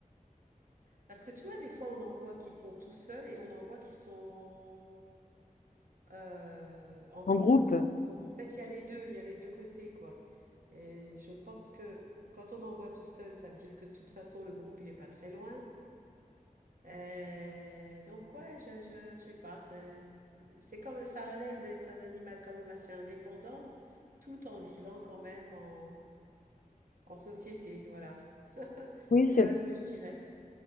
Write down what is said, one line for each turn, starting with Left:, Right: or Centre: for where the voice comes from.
Right: parce que tu vois, des fois, on en voit qui sont tout seuls et on en voit qui sont euh, en
Left: En
Right: groupe.
Left: groupe?
Right: Donc, en fait, il y a les deux, il y a les deux côtés, quoi. Et je pense que quand on envoie tout seul, ça veut dire que de toute façon, le groupe, il est pas très loin. Euh, donc, ouais, je, je, je sais pas. C'est c'est comme ça a l'air d'être un animal quand même assez indépendant, tout en vivant quand même en, en société. Voilà. <laughs>
Left: Oui,
Right: Voilà
Left: c'est
Right: ce que je dirais.